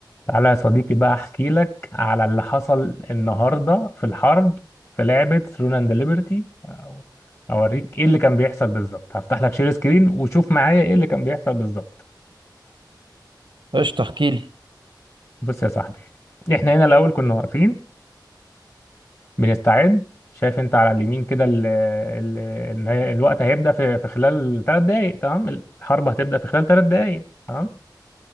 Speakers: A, on the left (about 35°); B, on the right (about 85°).
A: تعالى يا صديقي بقى احكي لك على اللي حصل النهارده في الحرب في لعبة ثرون اند ليبرتي اوريك ايه اللي كان بيحصل بالظبط هفتح لك شير سكرين وشوف معايا ايه اللي كان بيحصل بالظبط
B: قشطة احكي لي
A: بص يا صاحبي احنا هنا الاول كنا واقفين بنستعد شايف انت على اليمين كده ال ال ان هي- الوقت هيبدأ في في خلال ثلاث دقايق تمام الحرب هتبدأ في خلال ثلاث دقايق تمام